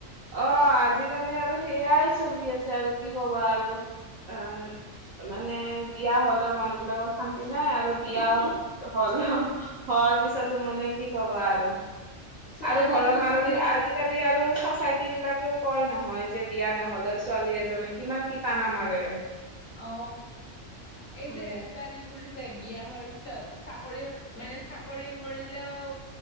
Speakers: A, on the right; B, on the left.
A: অ আজিকালি আৰু সেইয়াই চলি আছে আৰু কি ক'বা আৰু উম মানে বিয়া হলেও মানুহ বিলাকৰ শান্তি নাই আৰু বিয়া হলেও হোৱাৰ পিছতো মানে কি ক'বা আৰু
B: ছোৱালীটো
A: আৰু ঘৰৰ মানুহ
B: যদি
A: বিলাক আজি কালি আৰু চচাই টি বিলাকেও কয় নহয় যে বিয়া নহলে ছোৱালী এজনী কিমান কি টানা মাৰে
B: অ এই
A: উম
B: যে ছোৱালীবোৰ যে বিয়া হোৱাৰ পিছত চাকৰি মানে চাকৰি কৰিলেও